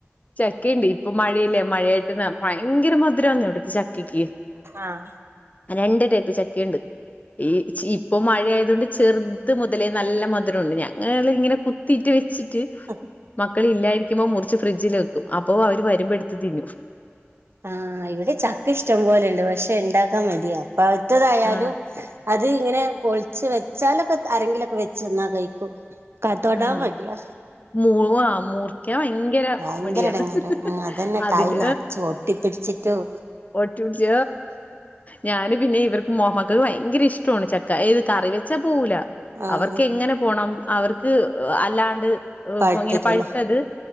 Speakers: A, on the left; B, on the right.
A: ചക്കേണ്ട് ഇപ്പൊ മഴയല്ലേ മഴയായിട്ട് ഭയങ്കര മധുരാന്നു ഇവിടത്തെ ചക്കയ്ക്ക്
B: ആഹ്
A: രണ്ട് ടൈപ്പ് ചക്കേണ്ട് ഈ ഇപ്പൊ മഴയായത് കൊണ്ട് ചെറുത് മുതലേ നല്ല മധുരുണ്ട് ഞങ്ങളിങ്ങനെ കു തീറ്റ് വെച്ചിട്ട്
B: അ
A: മക്കള് ഇല്ലായിരിക്കുമ്പോ മുറിച്ച് ഫ്രിഡ്ജിൽ വെക്കും അപ്പോ അവര് വരുമ്പോ എടുത്ത് തിന്നു
B: ആഹ് ഇവിടെ ചക്ക ഇഷ്ടം പോലെുണ്ട് പക്ഷെ ഉണ്ടാക്കാൻ മടിയാ പഴുത്തതായാലും
A: ആ
B: അത് ഇങ്ങനെ പൊളിച്ചു വെച്ചാലൊക്കെ ആരെങ്കിലൊക്കെ വെച്ച്ന്നാ കഴിക്കും തൊടാൻ
A: ആ
B: മടിയാ
A: മൂ ആ മൂർക്കാൻ ഭയങ്കര
B: ഭയങ്കര
A: മടിയാണ്
B: ഇടങ്ങറ് അതന്നെ
A: അതിന്റെ
B: കായ നാ ഒട്ടി പിടിച്ചിട്ടും
A: ഒട്ടും പിടിച്ച ഞാന് പിന്നെ ഇവർക്ക് മാക്കൾക്ക് ഭയങ്കര ഇഷ്ടമാണ് ചക്ക ഏത് കറി വെച്ചാ പോവൂല
B: ആഹ്
A: അവർക്ക് എങ്ങനെ പോണം അവർക്ക് അല്ലാണ്ട്
B: പഴുത്തിട്ടില്ല
A: ഇങ്ങനെ പഴത്തത്